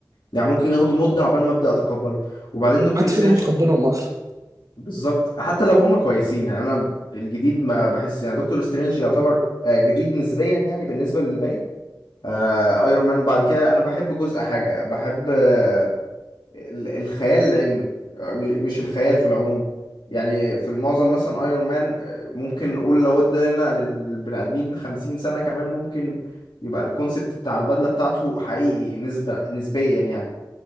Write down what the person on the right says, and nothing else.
محدش
فينا متقبلهم اصلا